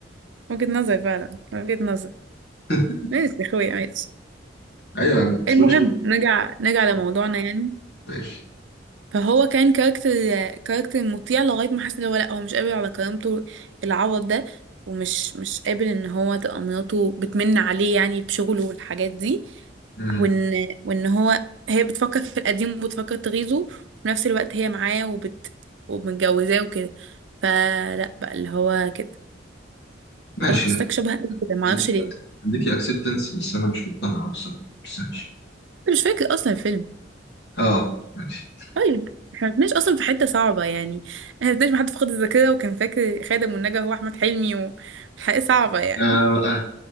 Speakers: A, on the right; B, on the left.
A: وجهة نظر فعلا وجهة نظر
B: <laughs>
A: ماشي يا اخويا ماشي
B: ايوه سبونج
A: المهم
B: بوب
A: نرجع نرجع لموضوعنا
B: خلاص.
A: يعني
B: ماشي
A: فهو كان كاركتر كاركتر مطيع لغاية ما حس ان هو لا هو مش قابل على كرامته العوض ده ومش مش قابل ان هو تبقى مراته بتمن عليه يعني بشغله والحاجات دي
B: مم.
A: وان وان هو هي بتفكر في القديم وبتفكر تغيظه وفي نفس الوقت هي معاه وبت ومتجوزاه وكده فلا بقى اللي هو كده
B: ماشي
A: فانا حاساك شبه قوي كده ما
B: هديكي
A: اعرفش ليه
B: أك-
A: انت
B: هديكي اكسبتنس بس انا مش مقتنع بصراحه بس ماشي
A: مش فاكر اصلا الفيلم
B: اه ماشي
A: طيب احنا ما كناش اصلا في حته صعبه يعني احنا ما كناش بحد فقد الذاكره وكان فاكر خادم والنجا هو احمد حلمي وحقيقة صعبه يعني
B: آه آه،